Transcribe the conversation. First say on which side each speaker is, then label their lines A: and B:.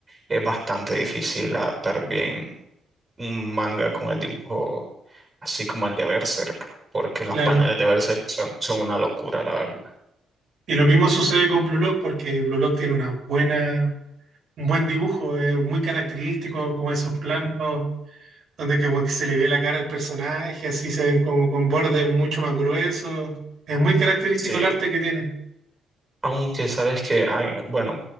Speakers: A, on the right (about 25°); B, on the right (about 65°).
A: es bastante difícil adaptar bien un manga con el dibujo, así como el de Berserk, porque los
B: claro.
A: paneles de Berserk son, son una locura, la verdad.
B: Y lo mismo sucede con Blue Lock, porque Blue Lock tiene una buena, un buen dibujo, es muy característico, como esos planos donde como que se le ve la cara al personaje, así se ven como con bordes mucho más gruesos. Es muy característico
A: Sí,
B: el arte que tiene.
A: aunque sabes que, hay, bueno,